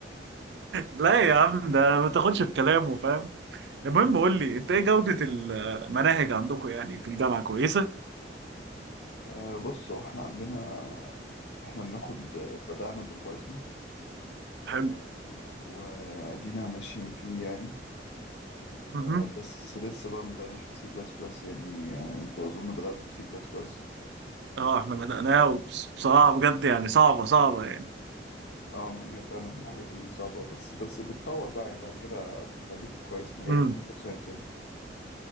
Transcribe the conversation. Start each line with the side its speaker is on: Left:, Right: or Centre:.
Right: لا يا عم ده ما تاخدش في كلامه فاهم المهم
Left: امم
Right: قول لي انت ايه جودة المناهج عندكم يعني في الجامعة كويسة
Left: آه بص هو احنا عندنا احنا بناخد آه، بدأنا بالبايثون
Right: حلو
Left: و- وادينا ماشيين فيه يعني آه
Right: مهم.
Left: بس لسه بقى ما بدأناش في سي بلس بلس يعني آه انتوا اظن بدأتوا في سي بلس بلس
Right: اه احنا بدأناها وبس- بصراحة بجد يعني صعبة صعبة يعني
Left: اه ما هي فعلا من الحاجات الصعبة بس بس بتطور بقى يعني بعد كده بتخليك كويس في مجال
Right: امم
Left: الكمبيوتر ساينس يعني